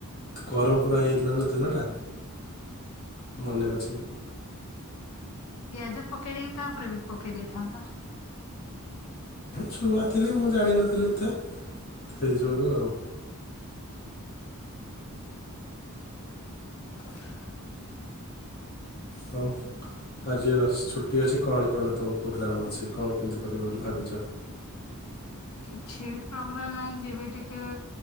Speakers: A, on the left; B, on the left.
A: ଗରମ ପୁରା ହେଇଯାଇଥିଲା ନା ତେଲ ଟା ମନେ ଅଛି।
B: ପିଆଜ ପକେଇ ଦେଇକି ତାଓପରେ ବି ପକେଇ ଦେଇଥାନ୍ତ।
A: ଛୁଆ ଥିଲି ମୁଁ ଜାଣିନଥିଲି ଏତେ ହେଇଯିବାକୁ ଆଉ।
B: ହ
A: ହଉଁ। ଆଜି ଆଶ୍ ଛୁଟି ଅଛି କଣ କଣ ତମର ପ୍ରୋଗ୍ରାମ ଅଛି। କଣ କେମିତି କରିବ ବୋଲି ଭାବିଛ।
B: କିଛି ପ୍ରୋଗ୍ରାମ ନାଇ ଯିବି ଟିକେ